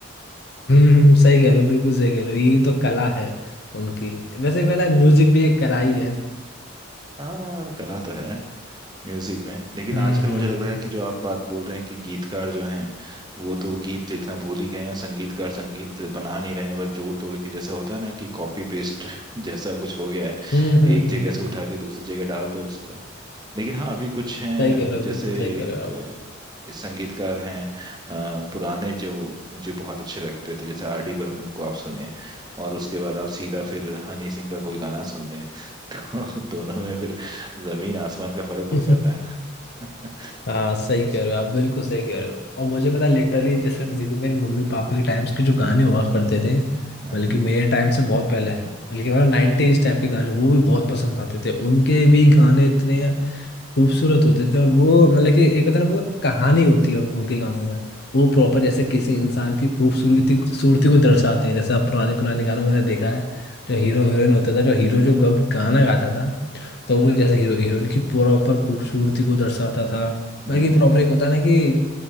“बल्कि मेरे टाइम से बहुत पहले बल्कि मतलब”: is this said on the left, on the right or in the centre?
Left